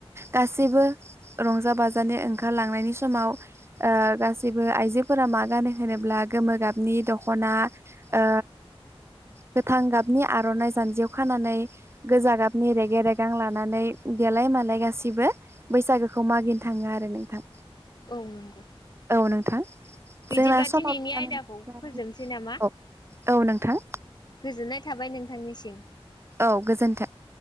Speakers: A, on the right; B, on the left.
A: गासैबो रंजा बाजानो ओंखारलांनायनि समाव ओ गासैबो आइजोफोरा मा गानो होनोब्ला गोमो गाबनि दख'ना ओ गोथां गाबनि आरनाइ जानजियाव खानानै गोजा गाबनि रेगे रेगां लानानै देलाय मालाय गासिबो बैसागोखौ मागिनो थाङो आरो नोंथां।
B: औ नंगौ।
A: औ नोंथां।
B: बिदिब्ला
A: जोंना समाबो
B: दिनैनि
A: जानानै
B: आयदाखौ
A: फैबाय
B: फोजोबनोसै नामा?
A: औ औ नोंथां।
B: गोजोननाय थाबाय <unintelligible>
A: औ गोजोन्थों।